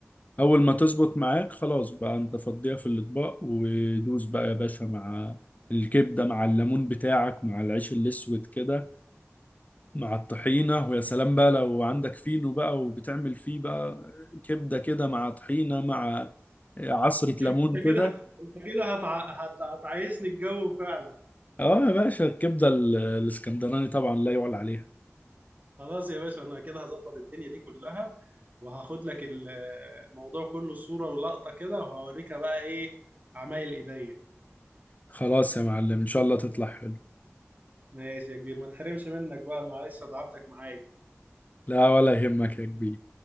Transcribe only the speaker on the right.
انت كده
انت كده هتع... هت... هتعيشني الجو فعلا
خلاص يا باشا انا كده هظبط الدنيا دي كلها وهاخد لك ال- الموضوع كله صورة ولقطة كده وهوريك بقى ايه عمايل ايديا
ماشي يا كبير ما تحرمش منك بقى معلش تعبتك معايا